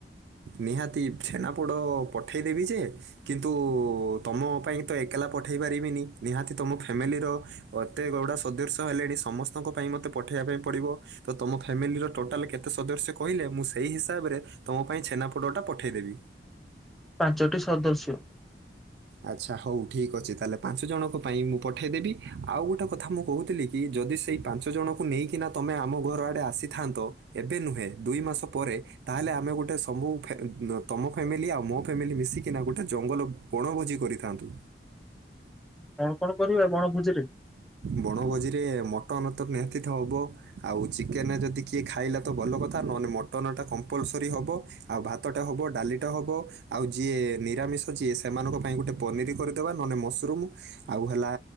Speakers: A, on the right; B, in the centre.
A: ନିହାତି ଛେନାପୋଡ଼ ପଠେଇଦେବି ଯେ କିନ୍ତୁ ତମ ପାଇଁତ ଏକଲା ପଠେଇ ପାରିବିନି ନିହାତି ତମ ଫ୍ୟାମିଲିର ଏତେ ଗଡ଼ା ସଦୃଶ ହେଲେଣି ସମସ୍ତଙ୍କ ପାଇଁ ମତେ ପଠେଇବା ପାଇଁ ପଡ଼ିବ ତତମ ଫ୍ୟାମିଲିର ଟୋଟାଲେ କେତେ ସଦସ୍ୟ କହିଲେ ମୁଁ ସେଇ ହିସାବରେ ତମ ପାଇଁ ଛେନାପୋଡ଼ଟା ପଠେଇଦେବି।
B: ପାଞ୍ଚଟି ସଦସ୍ୟ।
A: ଆଚ୍ଛା ହଉ ଠିକ୍ ଅଛି ତାହେଲେ ପାଞ୍ଚ ଜଣଙ୍କ ପାଇଁ ମୁଁ ପଠାଇଦେବି ଆଉ ଗୋଟେ କଥା ମୁଁ କହୁଥିଲିକି ଯଦି ସେଇ ପାଞ୍ଚ ଜଣଙ୍କୁ ନେଇକିନା ତମେ ଆମ ଘର ଆଡ଼େ ଆସିଥାନ୍ତ ଏବେ ନୁହେଁ ଦୁଇ ମାସ ପରେ ତାହେଲେ ଆମେ ଗୋଟେ ସବୁ ଫେ ତମ ଫ୍ୟାମିଲି ଆଉ ମୋ ଫ୍ୟାମିଲି ମିଶିକିନା ଗୋଟେ ଜଙ୍ଗଲ ବଣଭୋଜି କରିଥାନ୍ତୁ।
B: କଣ କଣ କରିବେ ବଣଭୋଜିରେ?
A: ବଣଭୋଜିରେ ମଟନତ ନିହାତିତ ହବ ଆଉ ଚିକେନ୍ ଯଦି କିଏ ଖାଇଲାତ ଭଲ କଥା ନହେଲେ ମଟନ୍ଟା କମ୍ପଲସରି ହବ। ଆଉ ଭାତଟେ ହବ ଡ଼ାଲିଟେ ହବ ଆଉ ଯିଏ ନିରାମିଷ ଯିଏ ସେମାନଙ୍କ ପାଇଁ ଗୋଟେ ପନିରି କରିଦବା ନହେନେ ମସ୍ରୁର୍ମ ଆଉ ହେଲା